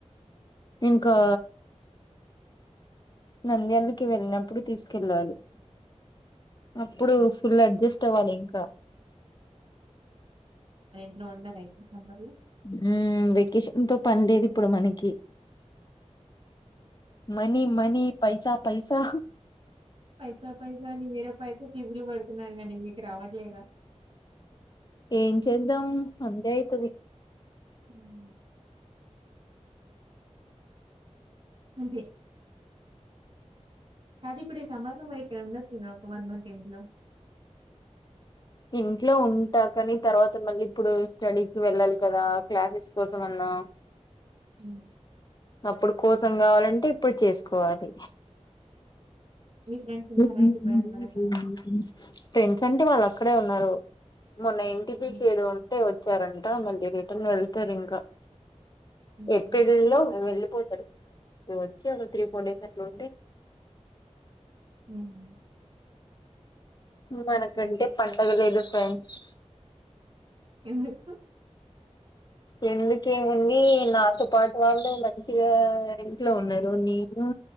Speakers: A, on the left (about 35°); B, on the right (about 45°).
A: ఇంకా నంద్యాలకి వెళ్ళినప్పుడు తీసుకెళ్ళాలి. అప్పుడు ఫుల్ అడ్జస్ట్ అవ్వాలి ఇంకా
B: ఇలా వండర్ రైసు, సాంబార్లు
A: ఉమ్ వెకేషన్ తో పని లేదు. ఇప్పుడు మనకి మనీ, మనీ, పైసా, పైసా.
B: పైసా పైసా అని మీరే పైసా ఫీజులు పడుతున్నారు. గానీ మీకు రావట్లేగా?
A: ఏం చేద్దాం. అంతే అయితది.
B: హ్మ్ అంతే కది ఇప్పుడు ఈ సమ్మర్ లో మరిక్కడ ఉండోచ్చుగా. ఒక వన్ మంత్ ఎంట్లో?
A: ఇంట్లో ఉంటా కాని. తర్వాత మళ్ళీ ఇప్పుడు, స్టడీకి వెళ్ళాలి కదా. క్లాసెస్ కోసం అన్న ఆ
B: ఉమ్
A: అప్పుడు కోసం కావాలంటే ఇప్పుడు చేసుకోవాలి
B: మీ ఫ్రెండ్స్ ఉన్నారా
A: <unintelligible>
B: వెళ్ళిపోయారా మరి అక్కడ
A: పెంచ్ అంటే వాళ్ళు అక్కడే ఉన్నారు మొన్న ఎన్ టి పి
B: హ్మ్
A: సి ఏదో ఉంటే వచ్చారంట మళ్ళీ రిటర్న్ వెల్ తారు ఇంకా
B: హుహు.
A: ఏప్రిల్ నెలలో లో వెళ్ళిపోతారు వచ్చి ఒక త్రీ ఫోర్ డేస్ అట్ల ఉండి
B: హ్మ్
A: మనకంటే
B: అదే
A: పండగ లేదు ఫెండ్స్
B: ఎందుకు
A: ఎందుకేముంది నాతో పాటు వాళ్ళే మంచిగా ఇంట్లో ఉండరు నేను